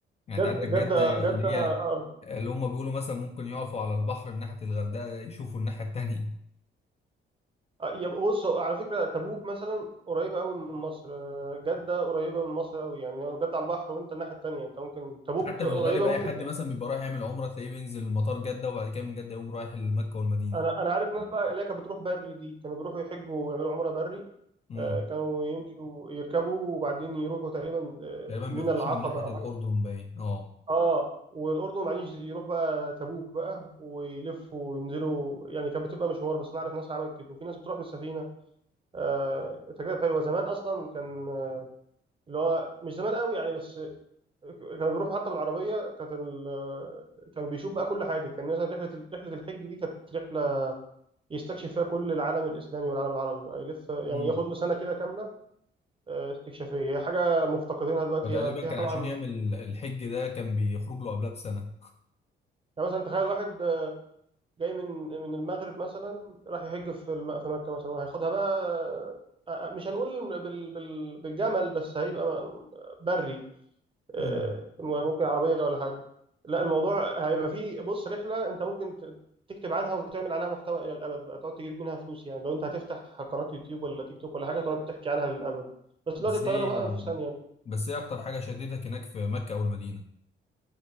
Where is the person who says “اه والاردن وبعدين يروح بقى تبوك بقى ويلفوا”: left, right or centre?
Right